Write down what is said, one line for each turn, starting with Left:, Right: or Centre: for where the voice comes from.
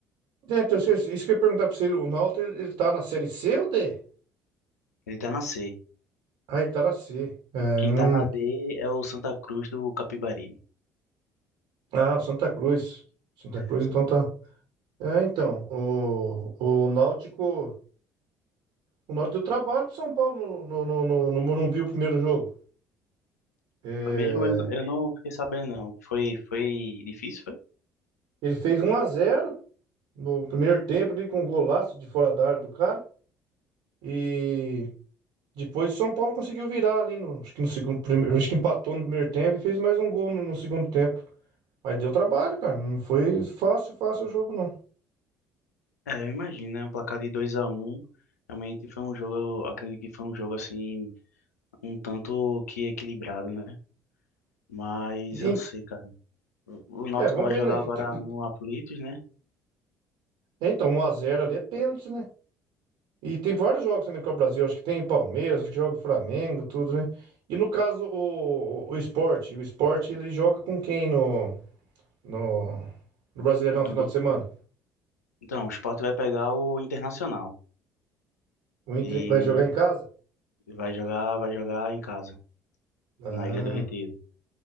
Right: É, então, isso, isso que eu ia perguntar pra você, o Náutico ele, ele tá na série C ou D?
Left: Ele tá na C.
Right: Ah, ele tá na C. É,
Left: Quem
Right: hum.
Left: tá na D é o Santa Cruz do Capibaribe.
Right: Ah, o Santa Cruz. Santa
Left: É,
Right: Cruz,
Left: o Santa-
Right: então tá. É, então, o, o Náutico. O Náutico deu trabalho pro São Paulo no, no, no, no, Morumbi o primeiro jogo. É,
Left: Foi mesmo? Eu, eu não fiquei sabendo, não. Foi, foi difícil, foi?
Right: ele fez um a zero No primeiro tempo ali com um golaço de fora da área do cara. E depois o São Paulo conseguiu virar ali no, acho que no segundo, primeiro, acho que empatou no primeiro tempo e fez mais um gol no, no segundo tempo. Mas deu trabalho, cara. Não foi fácil, fácil o jogo, não.
Left: É, eu imagino, né? Um placar de dois a um, Realmente foi um jogo, eu acredito que foi um jogo assim, um tanto que equilibrado, né? Mas
Right: E-
Left: eu não sei, cara. O o Náutico
Right: é, vamos
Left: vai
Right: ver,
Left: jogar
Right: né? que
Left: agora
Right: tem-
Left: no Aflitos, né?
Right: então, 1x0 ali é pênalti, né? E tem vários jogos também com o Brasil. Acho que tem Palmeiras, acho que joga Flamengo, tudo, né? E no caso, o, o Sport. O Sport, ele joga com quem no, no, no Brasileirão
Left: No,
Right: final de semana?
Left: Então, o Sport vai pegar o Internacional
Right: O Inter
Left: e
Right: vai jogar em casa?
Left: vai jogar, vai jogar em casa,
Right: Ah,
Left: na Ilha do Retiro.